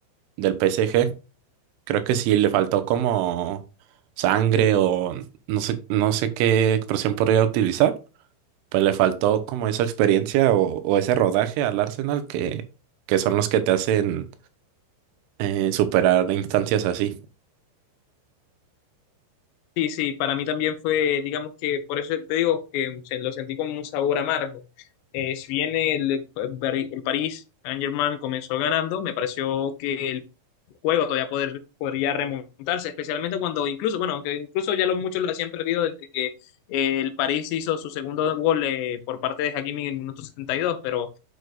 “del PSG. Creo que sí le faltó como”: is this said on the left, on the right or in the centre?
Right